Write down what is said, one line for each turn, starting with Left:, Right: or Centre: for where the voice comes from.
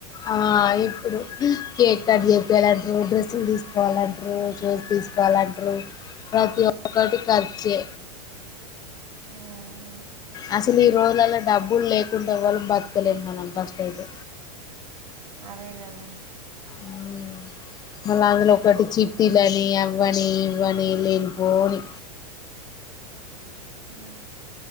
Left: ఆ ఇప్పుడు కేక్
Right: ఇదేదో
Left: కట్ చెప్పియాలంటే డ్రెస్సులు తీసుకోవాలంటే ర చూసి తీసుకోవాలంటారు ప్రతి ఒక్కటి ఖర్చే
Right: ఆహుమ్
Left: అసలు ఈ రోజులలో డబ్బులు లేకుంటే ఏవాళ్ళ బతకలేదు మనం ఫస్ట్ అయితే
Right: అదే కదా
Left: ఉమ్ మళ్ళ అందులో ఒకటి చ చిట్టిలని అవ్వని ఇవ్వని లేనిపోని
Right: అమ్